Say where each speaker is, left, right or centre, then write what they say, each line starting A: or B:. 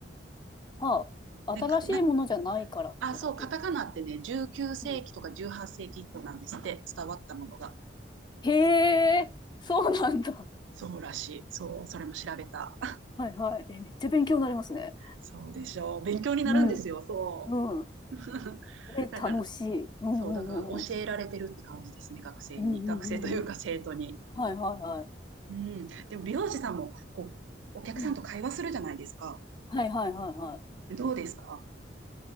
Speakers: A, on the left; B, on the right.
A: はあ。
B: で、
A: 新しいものじゃないからってことです。
B: なあ、そう、カタカナってね、19世紀とか18世紀以降なんですって、
A: うん。
B: 伝わったものが。
A: へえ、そうなんだ。
B: そうらしい。そう、それも調べた。
A: はいはい。え、めっちゃ勉強になりますね。
B: そうでしょう。勉強になるんですよ、
A: うん。
B: そ
A: うん。
B: う。<laughs>
A: え、楽しい。
B: だから
A: うんうんうんうん。
B: そう、だから教えられてるって感じですね、学生に。
A: うんうんうんうん。
B: 学生というか生徒に。
A: はいはいはい。
B: うん。でも美容師さんも、こう、お客さんと会話するじゃないですか。
A: うん。はいはいはいはい。
B: どうですか